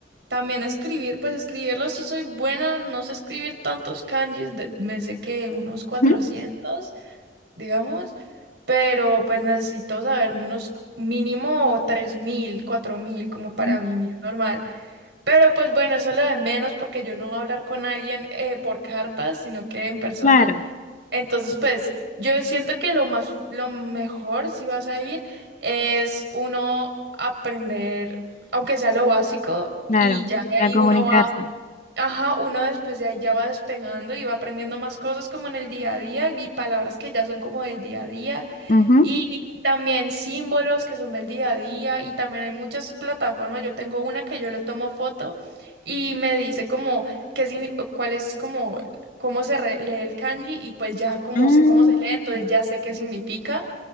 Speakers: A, on the right; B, on the left.
A: también escribir, pues escribirlo sí soy buena, no sé escribir tantos kanjis, de- me sé que unos cuatrocientos
B: Ujú.
A: digamos, pero pues necesito saberme unos mínimo tres mil cuatro mil como para
B: Mm,
A: vivir normal. Pero pues bueno, eso es lo de menos porque yo no voy a hablar con alguien eh, por cartas, sino que en persona.
B: claro,
A: Entonces, pues, yo siento que lo más, lo mejor si vas a ir es uno aprender, aunque sea lo básico,
B: claro,
A: y ya de
B: para
A: ahí
B: comunicarse.
A: uno va Ajá, uno después de ahí ya va despegando y va aprendiendo más cosas como en el día a día y palabras que ya son como del día a día
B: Ujú.
A: y también símbolos que son del día a día y también hay muchas plataformas. Yo tengo una que yo le tomo foto y me dice como qué signi- cuál es como cómo se re- lee el kanji y pues ya como
B: Mm,
A: sé cómo se lee, entonces ya sé qué significa.